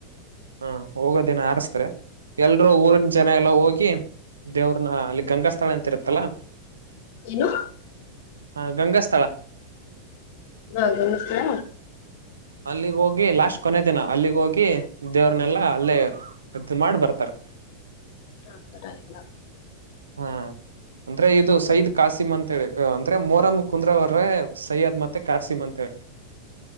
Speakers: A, on the right; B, on the left.
A: ಹ ಹೋಗೋದಿನ ಆರಸ್ತ ಎಲ್ರೂ ಊರಿನ ಜನ ಎಲ್ಲಾ ಹೋಗಿ ಹಿ ದೇವ್ರನ ಅಲ್ಲಿ ಗಂಗಸ್ ಸ್ಥಳ ಅಂತಿತ್ತಲ್ಲ
B: ಏನು
A: ಹ ಗಂಗಾಸ್ಥಳ
B: ವಾಕಮ್ ಸಲ
A: ಅಲ್ಲಿಗ್ ಹೋಗಿ ಲಾಸ್ಟ್ ಕೊನೆ ದಿನ ಅಲ್ಲಿಗ್ ಹೋಗಿ ದೇವ್ರನೆಲ್ಲಾ ಅಲ್ಲೇ ಅದು ಮಾಡಿ ಬರ್ತಾರೆ
B: ಹತ್ತರ ಇಲ್ಲ
A: ಹಾ ಅಂದ್ರೆ ಇದು ಸಯದ್ ಕಾಸಿಮ್ ಅಂತ ಹೇಳಿ ಅಂದ್ರೆ ಮೋರಂ ಕುಂದ್ರ ಅವ್ರ ಸೈಯ್ಯದ್ ಮತ್ತೆ ಕಾಸಿಮ್ ಅಂತಿ